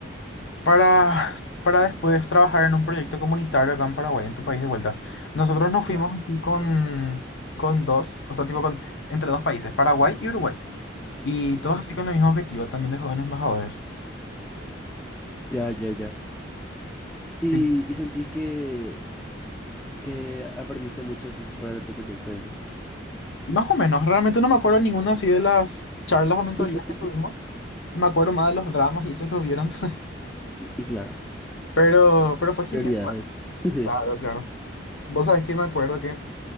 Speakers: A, on the left; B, in the centre.
A: Para para después trabajar en un proyecto comunitario acá en Paraguay, en tu país de vuelta. Nosotros nos fuimos
B: ya.
A: así con con dos, o sea, tipo con entre dos países, Paraguay y Uruguay, y
B: Mm.
A: todos así con el mismo objetivo también de jóvenes embajadores.
B: Ya, ya, ya. ¿Y,
A: sí
B: y sentís que, que aprendiste mucho así para tu proyecto eso?
A: Y más o menos, realmente no me acuerdo ninguna así de las charlas o mentorías
B: <laughs>
A: que tuvimos. Me acuerdo más de los dramas y eso que hubieron. <laughs>
B: Y claro,
A: Pero, pero fue genial.
B: prioridades.
A: pues,
B: <laughs>
A: Claro, claro. Vos sabés que me acuerdo que,